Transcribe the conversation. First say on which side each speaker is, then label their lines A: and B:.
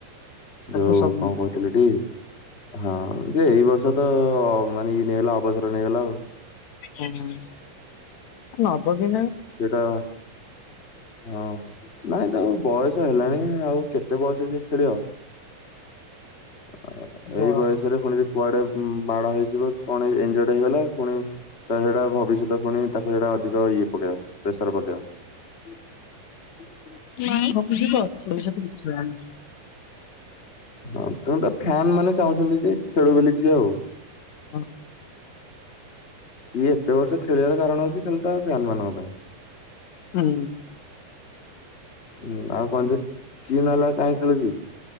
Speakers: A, on the left; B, on the left.
A: ସବୁ
B: ଯୋଉ
A: ସବୁ
B: କଁ କୋହୁ ଥିଲୁଟି ହଁ ଯେ ଏଇ ବର୍ଷ ତ ମାନେ ଇଏ ନେଇଗଲା ଅବସର ନେଇଗଲା ଆଉ।
A: ହୁଁ। ନବକେମ୍
B: ସେଟା ହଁ। ନାଇଁ ତାକୁ ବୟସ ହେଲାଣି ଆଉ କେତେ ବୟସ ସେ ଖେଳିବ? ଆ
A: ବ
B: ଏଇ ବୟସ୍ ଛରେ ପୁଣି ଯଦି କୁଆଡେ ମାଡ ହେଇଯିବ କଣ ଏନଯୋଡ ହେଇଗଲ ଫୁଣି ତାର ସେଇଟା ଭବିଷ୍ୟତ ଫୁଣି ତାକୁ ସେଇଟା ଅଧିକ ଇଏ ପକେଇବା ପ୍ରେସର ପଟେଇବା।
A: ନାଇଁ ଭବିଷ୍ୟତ ଅଛି ପଇସା ତ କିଛି ଜଣାଉନି।
B: ହଁ ତୁମେ ତ ଫ୍ୟାନ ମାନେ ଚାହୁଁଛନ୍ତି ଯେ ଖେଳୁ ବୋଲି ସିଏ ଆଉ
A: ଅ
B: ସିଏ ଏତେ ବର୍ଷ ଖେଳିବାର କାରଣ ହୋଉଚି କିନ୍ତୁ ତା ଫ୍ୟାନ ମାନଙ୍କ ପାଇଁ।
A: ହୁଁ।
B: ହୁଁ ଆଉ କଣ ଯେ ସିଏ ନହେଲେ ଆଉ କାହିଁକି ଖେଳୁଛି?